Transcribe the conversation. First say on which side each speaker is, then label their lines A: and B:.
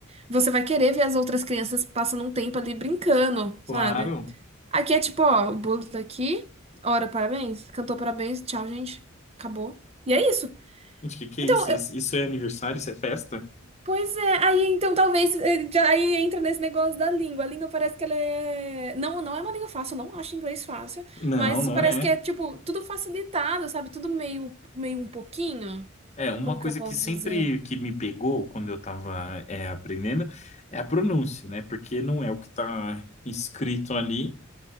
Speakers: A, on the right; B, on the left.
A: você vai querer ver as outras crianças passando um tempo ali brincando,
B: Claro.
A: sabe? Aqui é tipo, ó, o bolo tá aqui, ora, parabéns, cantou parabéns, tchau, gente, acabou. E é isso.
B: Gente, que que é
A: Então,
B: isso?
A: eu-
B: Isso isso é aniversário? Isso é festa?
A: Pois é, aí então talvez eh, já aí entra nesse negócio da língua. A língua parece que ela é. Não, não é uma língua fácil, eu não acho inglês fácil,
B: Não,
A: mas
B: não
A: parece
B: é.
A: que é tipo tudo facilitado, sabe? Tudo meio, meio um pouquinho.
B: É, uma
A: Como
B: coisa
A: que eu posso
B: que sempre
A: dizer?
B: que me pegou quando eu estava aprendendo é a pronúncia, né? Porque não é o que está escrito ali